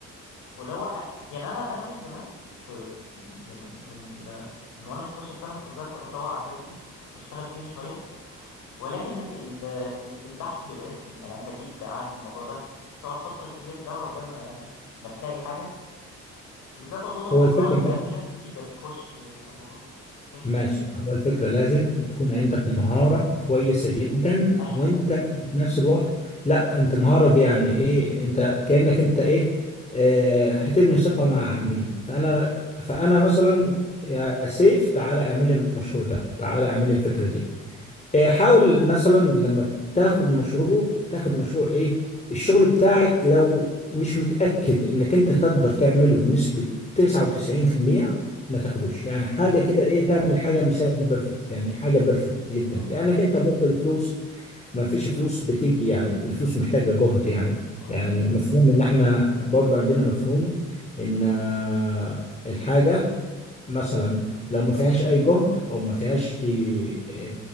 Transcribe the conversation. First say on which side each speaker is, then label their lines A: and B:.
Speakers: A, on the left (about 85°); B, on the left (about 20°).
A: واللي هو أ- يعني انا انا من زمان كنت يعني من من وانا 16 سنه كنت بدات ادور على الحاجات دي واشتغل فيها شويه ولكن ال- ال- البحث بيبقى رخم يعني انت اكيد عارف الموضوع ده بتقعد فتره كبيره في الاول عقبال ما ما تلاقي حاجه بالذات اظن مؤخرا
B: هو الفكرة
A: بقى في ناس كتير بتخش على الموضوع ايه
B: ماشي هو الفكرة لازم تكون عندك مهارة كويسة جدا
A: ايوه
B: وانت في نفس الوقت لا انت مهارة دي يعني ايه انت كأنك انت ايه اه هتبني ثقة مع عميل فانا فانا مثلا يا سيف تعالى اعمل لي المشروع ده تعالى اعمل لي الفكرة دي آه، حاول مثلا لما تاخد مشروع تاخد مشروع ايه الشغل بتاعك لو مش متأكد انك انت تقدر تعمله بنسبة 99% ما تاخدوش
A: ما
B: يعني
A: شفتوش.
B: حاجة كده ايه تعمل حاجة مثال بيرفكت يعني حاجة بيرفكت جدا
A: أيوة.
B: لانك انت برضه الفلوس ما فيش فلوس بتيجي يعني الفلوس محتاجة جهد يعني
A: أيوة.
B: يعني مفهوم ان احنا برضه عندنا مفهوم ان آه، الحاجة مثلا لو ما فيهاش اي جهد او ما فيهاش آه،